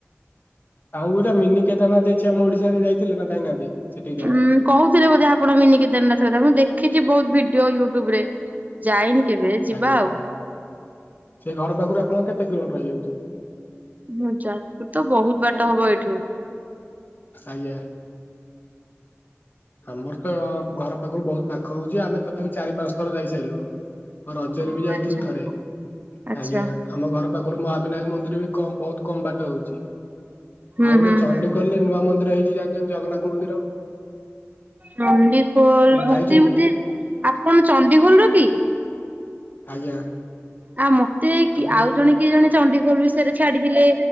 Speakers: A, on the left; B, on the right.
A: ଆଉ ଗୋଟେ ମିନି କେଦାରନାଥ୍ ହେଇଚି ଆମ ଓଡିଶାରେ ଯାଇଥିଲେ ନା ଯାଇନାହାନ୍ତି? ସେଠିକି ଜମା
B: ଉଁ କହୁଥିଲେ ବୋଧେ ଆପଣ ମିନି କେଦାରନାଥ୍ କଥା ମୁଁ ଦେଖିଚି ବହୁତ୍ ଭିଡିଓ ୟୁଟ୍ୟୁବ ରେ। ଯାଇନି କେବେ ଯିବା
A: ଆଜ୍ଞା
B: ଆଉ।
A: ସେ ଘର ପାଖରୁ ଆପଣଙ୍କ କେତେ କିଲୋମିଟର ହେଇଯାଉଚି?
B: ହୁଁ ଯାଜପୁରୁ ତ ବହୁତ୍ ବାଟ ହବ ଏଇଠୁ।
A: ଆଜ୍ଞା। ଆମର ତ ଘର ପାଖରୁ ବହୁତ ପାଖ ହଉଚି ଆମେ ତଥାପି ଚାରି ପାଞ୍ଚ ଥର ଯାଇ ସାଇଲୁ। ହଁ ରଜରେ
B: ଓହୋ
A: ବି ଯାଇଥିଲୁ
B: ଆଚ୍ଛା।
A: ଥରେ
B: ଆଚ୍ଛା
A: ଆଜ୍ଞା। ଆମ ଘର ପାଖରୁ ମହାବିନାୟକ ମନ୍ଦିର ବି କ ବହୁତ କମ୍ ବାଟ ହଉଚି
B: ହୁଁ
A: ଆଉ ଗୋଟେ
B: ହୁଁ
A: ଚଣ୍ଡି
B: ହୁଁ
A: ଖୋଲ ରେନୂଆ ନୁଆମନ୍ଦିର ହେଇଚି ଜାଣିଚନ୍ତି ଜଗନ୍ନାଥ ମନ୍ଦିର?
B: ଚଣ୍ଡିଖୋଲ୍ ଭୃତି
A: ଯାଇଛନ୍ତି?
B: ବୋଧେ ଆପଣ ଚଣ୍ଡିଖୋଲ ର କି?
A: ଆଜ୍ଞା।
B: ଆଉ ମତେ
A: ଆମର
B: ଆଉ ଜଣେ କିଏ ଜଣେ ଚଣ୍ଡିଖୋଲ ବିଷୟ ରେ ଛାଡିଥିଲେ।